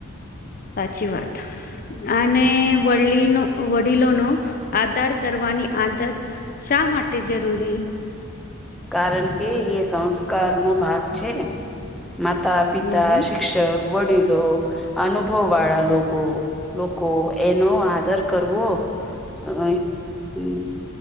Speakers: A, on the left; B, in the centre.
A: સાચી વાત અને વડલીનો વડીલો નો આદર કરવાની આદત શા માટે જરૂરી?
B: કારણ કે એ સંસ્કાર નો ભાગ છે. માતા પિતા,
A: હમ
B: શિક્ષક, વડીલો, અનુભવ વાળા લોકો લોકો એનો આદર કરવો હમ